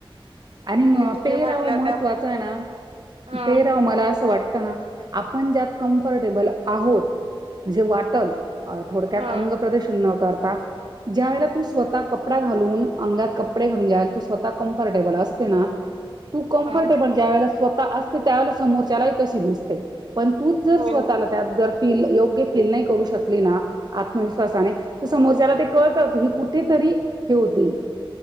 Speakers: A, on the right (about 45°); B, on the right (about 75°).
A: आणि म
B: तुम्ही
A: पेहराव
B: म्हटल्या
A: महत्त्वाचा
B: त्या
A: आहे ना,
B: हा
A: पेराव मला असं वाटत तना आपण ज्यात कमफर्टेबल आहोत म्हंजे वाटल. अ थोडक्यांत
B: हा
A: अंग प्रदर्शन न करता, ज्या वेळेला तू स्वतः कपडा घालून अंगात कप पडे घालून तू स्वतः कंफर्टेबल असते ना, तू कम्फर्टेबल
B: हा
A: ज्या वेळेला स्वतः असते त्यावेळा समोरच्यालाही तशी दिसते, पण तूच जर
B: हो
A: स्वतःला त्यात जर फील योग्य फील नाही करू शकली ना, आत्मविश्वासाने त समोरच्या ला ते कळतं की ही कुठं तरी री हे होती.